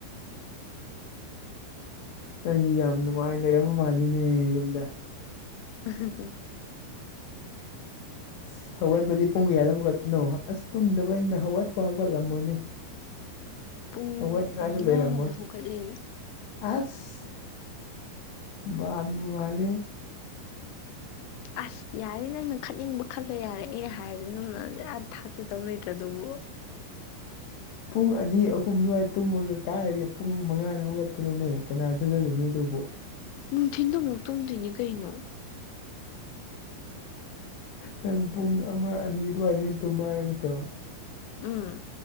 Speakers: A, on the left; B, on the left.
A: ꯅꯪꯗꯤ ꯌꯥꯝ ꯅꯨꯡꯉꯥꯏ ꯂꯩꯔꯝꯃ ꯃꯥꯜꯂꯤꯅꯦ ꯌꯨꯝꯗ
B: ꯎꯝ
A: ꯑꯁ ꯍꯧꯒꯠꯄꯗꯤ ꯄꯨꯡ ꯀꯌꯥꯗ ꯍꯧꯒꯠꯄꯅꯣ ꯑꯁ ꯇꯨꯝꯗꯕꯅꯤꯅ ꯍꯧꯒꯠꯄ ꯍꯧꯒꯠꯂꯝꯃꯣꯏꯅꯦ
B: ꯄꯨꯡ
A: ꯍꯧꯒꯠꯅꯤꯡꯉꯥꯏꯁꯨ
B: ꯃꯉꯥꯗ
A: ꯂꯩꯔꯝꯃꯣꯏ
B: ꯍꯧꯒꯠꯂꯦ
A: ꯑꯁ ꯃꯥꯟꯕꯨ ꯃꯥꯜꯂꯤ ꯍꯦ
B: ꯑꯁ ꯌꯥꯔꯦ ꯅꯪꯅ ꯈꯠꯅꯤꯡꯕ ꯈꯜꯂꯣ ꯌꯥꯔꯦ ꯑꯩꯅ ꯍꯥꯏꯕꯗꯤ ꯅꯪꯅ ꯑꯥ ꯊꯥꯖꯗꯧ ꯂꯩꯇ꯭ꯔ ꯗꯨꯕꯨ <unintelligible>
A: ꯄꯨꯡ ꯑꯅꯤ ꯑꯍꯨꯝ ꯑꯗꯨꯋꯥꯏ ꯇꯨꯝꯃꯒ ꯀꯥꯏꯔꯒ ꯄꯨꯡ ꯃꯉꯥꯗ ꯍꯧꯒꯠꯄꯅꯣꯅꯦ ꯀꯅꯥ ꯊꯖꯗꯣꯏꯅꯣ ꯑꯗꯨꯕꯨ
B: ꯅꯨꯡꯊꯤꯟꯗ ꯑꯃꯨꯛ ꯇꯝꯗꯣꯏꯅꯤ ꯀꯩꯅꯣ
A: ꯅꯪ ꯄꯨꯡ ꯑꯃ ꯑꯅꯤ ꯑꯗꯨꯋꯥꯏꯗꯒꯤ ꯇꯨꯝꯕ ꯍꯥꯏꯕ ꯅꯠꯇ꯭ꯔꯣ
B: ꯎꯝ